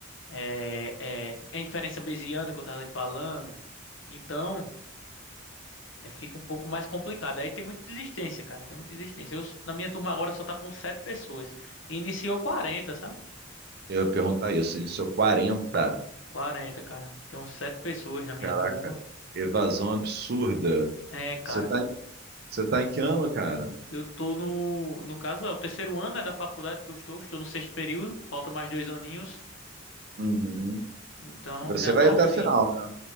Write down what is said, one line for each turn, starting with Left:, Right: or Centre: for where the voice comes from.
Left: é, é, é inferência bayesiana que eu estava lhe falando. Então, é, fica um pouco mais complicado. Aí tem muita desistência, cara, tem muita desistência. Eu, na minha turma agora só tá com sete pessoas. E iniciou quarenta sabe?
Right: eu ia perguntar isso, em seu quarenta
Left: quarenta cara. Tem uns sete pessoas na minha
Right: Caraca,
Left: turma.
Right: evasão absurda.
Left: É, cara.
Right: Você tá, em- você tá em que ano, cara?
Left: Eu tô no, no caso, é o terceiro ano, né, da faculdade que eu estou, estou no sexto período, falta mais dois aninhos,
Right: Uhum.
Left: então
Right: E Você
Left: já tá
Right: vai até
Left: assim.
Right: a final, né?